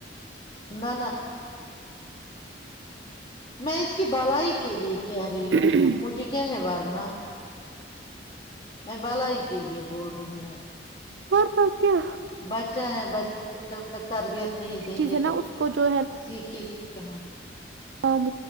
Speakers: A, on the left (about 35°); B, on the right (about 75°).
A: نہ نہ میں اس کی بھلائی کے لیے کہہ رہی
B: کیا
A: ہوں مجھے کیا ہے ورنہ میں بالائی کے لیے بول رہی ہوں
B: اور سو کیا
A: بچہ ہے بچوں کو جب تک تربیت نہیں دیں
B: چیزیں
A: گے
B: نا
A: تو
B: اس کو جو
A: سیکھے گی کہاں
B: مام